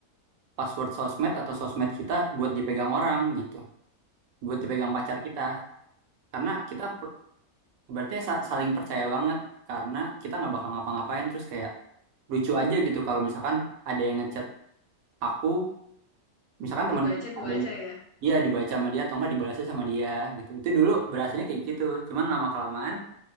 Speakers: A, on the right (about 75°); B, on the left (about 75°).
A: password sosmed atau sosmed kita buat dipegang orang gitu. buat dipegang pacar
B: Oh,
A: kita karena kita per- berarti sa- saling percaya banget karena kita nggak bakal ngapa-ngapain terus kayak lucu aja gitu kalau misalkan ada yang ngechat aku misalkan temanku
B: dibaca kebaca
A: ada yang
B: ya.
A: dia dibaca sama dia atau nggak dibalasnya sama dia gitu itu dulu berasanya kayak gitu cuman lama kelamaan